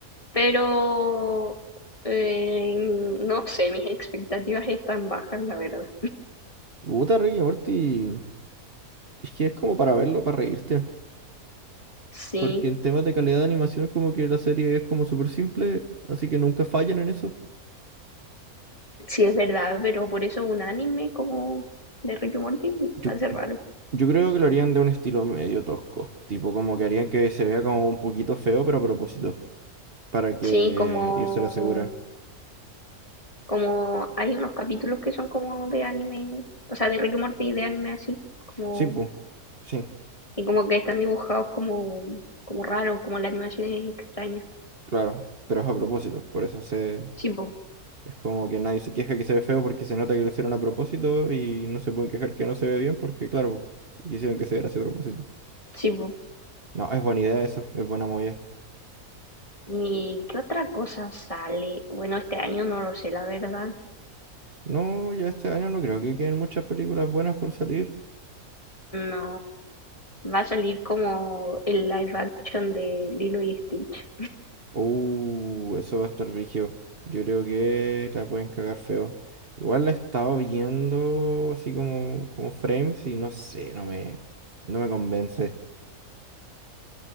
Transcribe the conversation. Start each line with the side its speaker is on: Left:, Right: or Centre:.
Left: Pero, eh, no sé, mis expectativas están bajas, la verdad.
Right: Puta, Rick y Morty, es que es como para verlo, para reírte.
Left: Sí,
Right: Porque en temas de calidad de animación, como que la serie es como súper simple, así que nunca fallan en eso.
Left: sí es verdad, pero por eso un anime como de Rick y Morty
Right: Yo,
Left: va a ser raro.
Right: yo creo que lo harían de un estilo medio tosco, tipo como que harían que se vea como un poquito feo, pero a propósito. para que
Left: Sí, como
Right: irse a la segura.
Left: Como hay unos capítulos que son como de anime, o sea, de Rick y Morty de anime así, como
Right: Sí, pues, sí,
Left: y como que están dibujados como como raro, como la animación es extraña.
Right: claro, pero es a propósito, por eso se...
Left: Sí, po,
Right: Es como que nadie se queja que se ve feo porque se nota que lo hicieron a propósito y no se pueden quejar que no se ve bien porque, claro, quisieron que se viera a ese propósito.
Left: sí, po.
Right: No, es buena idea eso, es buena movida.
Left: ¿Y qué otra cosa sale? Bueno, este año no lo sé, la verdad.
Right: No, ya este año no creo que queden muchas películas buenas por salir.
Left: No, va a salir como el live action de Lilo y Stitch.
Right: Uh, eso va a estar rígido. Yo creo que la pueden cagar feo. Igual la he estado viendo así como, como frames y no sé, no me, no me convence.